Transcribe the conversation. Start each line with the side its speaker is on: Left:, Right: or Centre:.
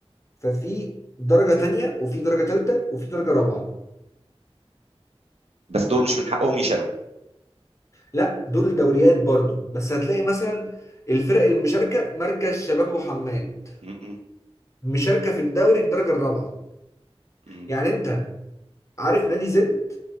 Left: ففي درجة تانية وفي درجة تالتة وفي درجة رابعة
Right: بس دول مش من حقهم يشاركوا
Left: لا دول دوريات برضه بس هتلاقي مثلا الفرق المشاركة مركز شباب وحماد
Right: م- م-
Left: مشاركة في الدوري الدرجة الرابعة
Right: م.
Left: يعني انت عارف نادي زد